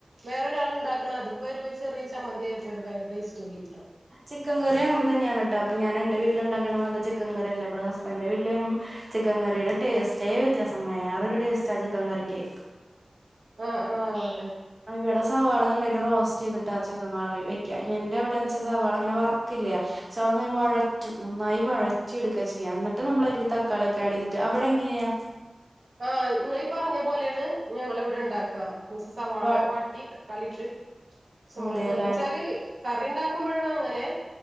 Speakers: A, on the right (about 80°); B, on the right (about 40°).
A: വേറൊരാൾ ഉണ്ടാക്ക്ണ അതിപ്പോ ഒരു ചെറിയ ചമ്മന്തി ആയ പോലും ഭയങ്കര ടേസ്റ്റി ആയിരിക്കുട്ടോ
B: ചിക്കൻ കറി അങ്ങനെ തന്നയാണ് ട്ടോ അപ്പൊ ഞാന്റെ വീട്ടിലണ്ടാക്കണ പോലെ ചിക്കൻ കറില്ല ഇവിടെ ഹസ്ബന്റെ വീട്ടിലും ചിക്കൻ കറിയുടെ ടേസ്റ്റേ വ്യത്യാസം വേറൊരു ടേസ്റ്റാ ചിക്കൻ കറിക്ക്
A: ആ ആ അതെ
B: ഇവിടെ സവാള നന്നായിട്ട് റോസ്റ്റ് ചെയ്തിട്ട് ചിക്കൻ കറി വക്ക എന്റെ അവിടെന്ന്ച്ച സവാള അങ്ങനെ വർക്കല്ല സവാളന്നായി വഴറ്റും നന്നായി വഴും ച്ചി എടുക്കുക ചെയ്യാ എന്നിട്ട് നമ്മൾക്ക് തക്കാളി ഒക്കെ ആഡ് ചെയ്തിട്ട് അവിടെ എങ്ങനെയാ
A: ആ നിങ്ങീ പറഞ്ഞ പോലെയാണ് ഞങ്ങ ഇവിടെ ഉണ്ടാക്കുക എന്നച്ച സവാള
B: വ
A: വാട്ടി തക്കാളി ഇട്ട് പ ച്ചമുളക്
B: അതെല്ലേ
A: എന്നെച്ചാല് കറി ഉണ്ടാക്കുമ്പോഴാണ് അങ്ങനെ